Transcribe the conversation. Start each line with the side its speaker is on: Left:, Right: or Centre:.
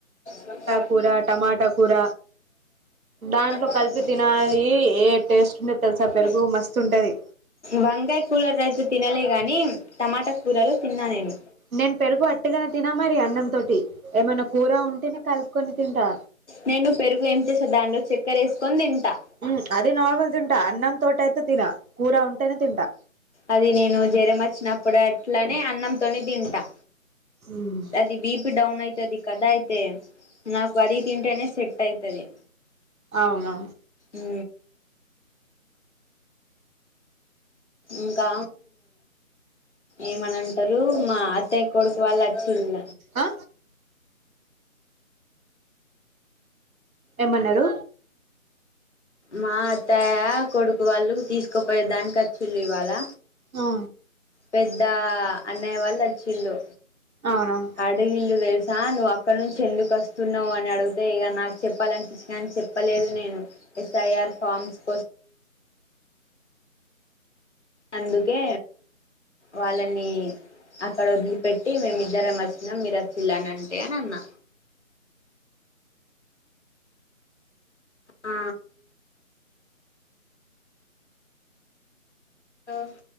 Left: వంకాయ
Right: కూర టమాటా కూర దాంట్లో
Left: కూర
Right: కలిపి
Left: టమాట
Right: తినాలి ఏ టేస్ట్ ఉంటది తెలుసా
Left: <inaudible>
Right: పెరుగు మస్తు ఉంటది
Left: వంకాయి కూలర్ రైస్ తిన్నలే కానీ టమాటా కూరలు తిన్నా నేను
Right: నేను పెరుగు అట్టిగానే తిన్న మరి అన్నం తోటి ఏమైనా కూర ఉంటేనే కలుపుకొని తింటా
Left: నేను పెరుగు ఏం చేసా దాంలో చక్కర ఎసుకొని తింటా
Right: ఉ అదే నార్మల్ తింటా అన్నం తోట అయితే తిన కూూరా ఉంటానే తింటా
Left: అది నేను జ్రం ఆచ్చినప్పుడు అట్లనే అన్నంతోనీ తింటా
Right: ఉమ్
Left: అది బీపి డౌన్ అయితాది కదా అయితే నాకు అది తింటేనే సెట్ అయితది
Right: అవునా
Left: ఉ ఇంకా ఏమనంటరు మా అత్తయ్య కొడుకు వాళ్ళు వచ్చిరిగ
Right: ఆ ఏమన్నరు
Left: మా అత్తయ కొడుకు వాళ్ళు తీసుకుపోయే దాని కొచ్చిరు ఇయాళ
Right: ఆ
Left: పెద్ద అన్నయ్య వాళ్ళు ఒచ్చిళ్ళు
Right: అవునా
Left: అడుగిల్లు తెలుసా నువ్వు అక్కడ నుంచి ఎందుకు వస్తున్నవ్ అని అడిగితే ఇక నాకు చెప్పాలనిపిచ్చగాని చె చెప్పలేదు నేను ఎస్ఐఆర్ ఫామ్స్ కోసం అందుకే వాళ్ళని అక్కడ వదిలిపెట్టి మేమి ఇద్దరేం వచ్చినాం మీరు వచ్చిళ్ళని అంటే అని అన్నా ఆ hello